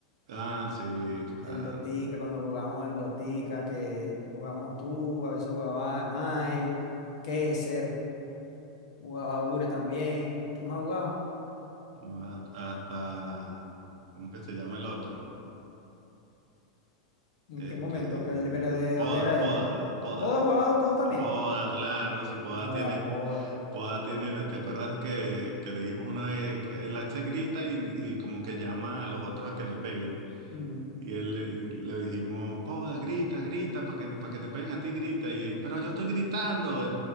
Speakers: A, on the right; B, on the left.
A: Ah, sí, claro.
B: El Dotica, cuando jugábamos el Dotica, que jugábamos tú, a veces jugaba Smile, Kesser, jugaba Ure también. ¿Quién más jugaba?
A: No, ha- hasta, ¿cómo que se llama el otro?
B: ¿En
A: Este,
B: qué momento? ¿Qué- pero de
A: Poda,
B: dónde era
A: Poda,
B: él?
A: Poda.
B: ¿Poda jugaba Dotado también?
A: No Poda, claro, si Poda
B: No
A: tiene,
B: era Poda.
A: Poda tiene, ¿te acuerdas que, que le dijimos una vez que el Axe grita y, y como que llama a los otros a que le peguen?
B: Mm,
A: Y él le- y le dijimos, Poda, grita, grita, para que, para que te peguen a ti, grita. Y, pero yo estoy gritando, <laughs> y